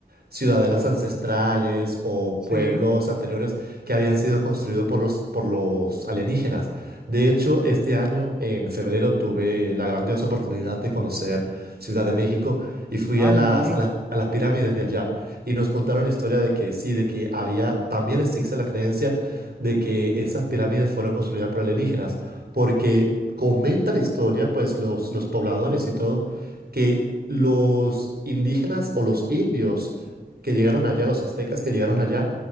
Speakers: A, on the right (about 70°); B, in the centre.
A: ciudadelas ancestrales o
B: Sí.
A: pueblos anteriores que habían sido construidos por los, por los alienígenas. De hecho, este año, en febrero, tuve la grandiosa oportunidad de conocer Ciudad de México y fui
B: Ah,
A: a las,
B: muy bien.
A: a las, a las pirámides de allá y nos contaron la historia de que sí, de que había, también existe la creencia de que esas pirámides fueron construidas por alienígenas, porque comenta la historia, pues los, los pobladores y todo, que los indígenas o los indios que llegaron allá, los aztecas que llegaron allá,